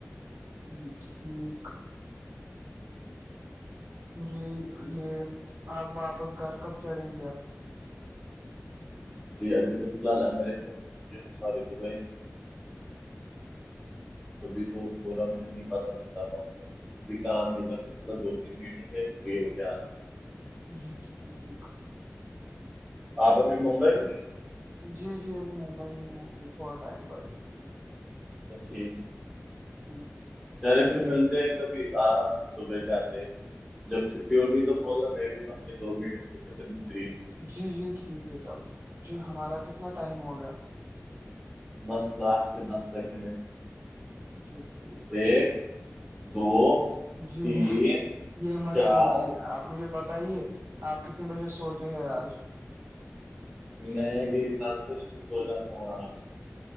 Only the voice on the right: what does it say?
جی ٹھیک جی یہ آپ واپس گھر کب چڑھیں گے اب
<inaudible>
جی ٹھیک
جی جی ابھی ممبئی میں ہو ابھی تھوڑا ٹائم ب گ
جی <unintelligible>
جی جی ٹھیک ہے چلد جی ہمارا کتنا ٹائم ہو گیا
جی ٹھیک <unintelligible> <unintelligible>
جی
یہ مت
کیجیے آپ مجھے بتائیے آپ کتنے بجے سوتے ہیں آج